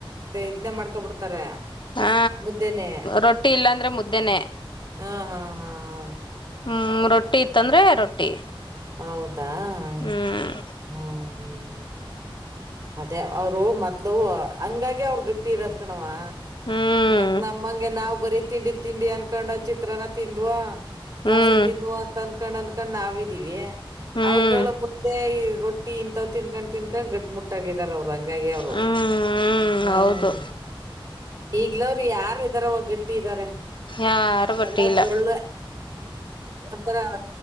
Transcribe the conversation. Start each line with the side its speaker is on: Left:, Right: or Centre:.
Right: ಇದನ್ನೇ ಮಾಡ್ಕೊಬಿಡ್ತಾರೆ.
Left: ಹಾ
Right: ಮುದ್ದೆನೆ
Left: ರೊಟ್ಟಿ ಇಲ್ಲಾಂದ್ರೆ ಮುದ್ದೆನೆೇ.
Right: ಹ್ಮ ಹಾ ಹಾ ಹಾ
Left: ಹ್ಮ್ ರೊಟ್ಟಿ ಇತ್ತಂದ್ರೆ ರೊಟ್ಟಿ
Right: ಹೌದಾ
Left: ಹ್ಮ್.
Right: ಹ್ಮ್ ಹ್ಮ್ ಹ್ಮ ಅದೇ ಅವರು ಮೊದ್ಲು ಹಂಗಾಗೆ ಅವ್ರು ಗಟ್ಟಿ ಇರೋದ್ ಕಣವಾ.
Left: ಹ್ಮ್
Right: ಯಾಕ್ ನಮ್ಮಂಗೆ ನಾವ್ ಬರೀ ತಿಂಡಿ ತಿಂಡಿ ಅನ್ಕೊಂಡ ಚಿತ್ರನ ತಿಂದ್ವಾ. ದೋಸೆ
Left: ಹ್ಮ್
Right: ತಿನ್ನುವ ಅಂತ ಅನ್ಕೊಂಡ್ ಅನ್ಕೊಂಡ್ ನಾವಿದೀವಿ
Left: ಹ್ಮ್
Right: ಅವರುಗಳು ಮುದ್ದೆ ರೊ ಟಿ ಇಂತಾವ್ ತಿನ್ಕೊಂಡ್ ತಿನ್ಕೊಂಡ್ ಗಟ್ಟು ಮುಟ್ಟಾಗಿ ಇದಾರ ಅವರು ಹಂಗಾಗೆ ಅವರು
Left: ಹ್ಮ್
Right: ಹ್ಮ.
Left: ಹೌದು
Right: ಈಗ್ಲವ್ರು ಯಾರಿದಾರವಾ ಗಟ್ಟಿ ಇದಾರೆ.
Left: ಯಾರು ಗಟ್ಟಿ
Right: ಎಲ್ಲ
Left: ಇಲ್ಲ
Right: ಜೊಳ್ಳೆ ಒಂತರ